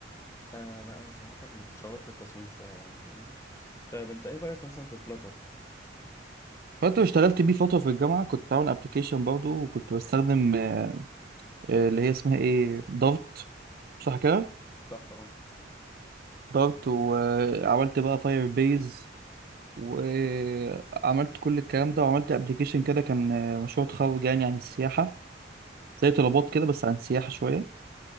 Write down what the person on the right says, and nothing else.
فانت اشتغلت بيه فتره في الجامعه كنت بعمل ابلكيشن برضه وكنت بستخدم آه، آه، اللي هي اسمها ايه دارت صح كده
دارت وعملت بقى فاير بيز وعملت كل الكلام ده وعملت ابلكيشن كده كان آه، مشروع تخرج يعني عن السياحة زي طلبات
كده بس عن السياحة شوية